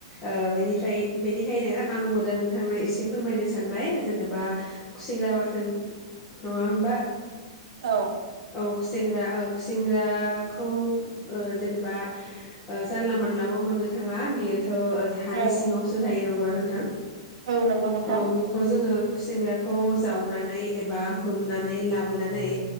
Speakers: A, on the left; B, on the right.
A: ओ बेनिफ्राय बेनि खायनो आंबो दा नोंथांनो एसे फोरमायनो सानबाय जेनेबा खुसिंग्रा बाथोन नङा होनबा।
B: औ
A: औ खुसेंग्रा ओ खुसेेंग्राखौ ओ जेनेबा जानला मानलाबो मोननो थाङा बियो थ थ' हानि
B: औ
A: सिङावसो थायो नं नोंगौना नोंथां?
B: औ नंगौ नोंथां
A: औ बेखौ जोङो। खुसेंग्राखौ जावनानै एबा हमनानै लाबो बोनानै